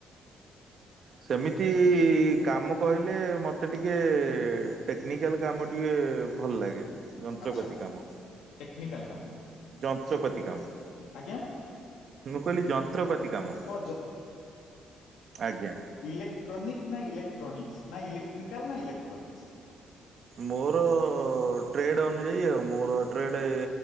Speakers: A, on the right; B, on the left.
A: ସେମିତି କାମ କହିଲେ ମତେ ଟିକେ ଟେକ୍ନିକାଲ କାମ ଟିକେ ଭଲ ଲାଗେ ଯନ୍ତ୍ରପାତି
B: ଆଚ୍ଛା
A: କାମ
B: ଟେକ୍ନିକାଲ କାମ
A: ଯନ୍ତ୍ରପାତି କାମ
B: ଆଜ୍ଞା
A: ମୁଁ କହିଲି ଯନ୍ତ୍ରପାତି କାମ
B: ଓ
A: ଆଜ୍ଞା
B: ଇଲେଟ୍ରୋନିକ୍ ନା ଇଲେଟ୍ରୋନିକ୍ସ ନା ଇଲେଟ୍ରିକାଲ ନା ଇଲେଟ୍ରୋନିକ୍ସ
A: ମୋର ଟ୍ରେଡ ଅନୁଯାୟୀ ଆଉ ମୋର trade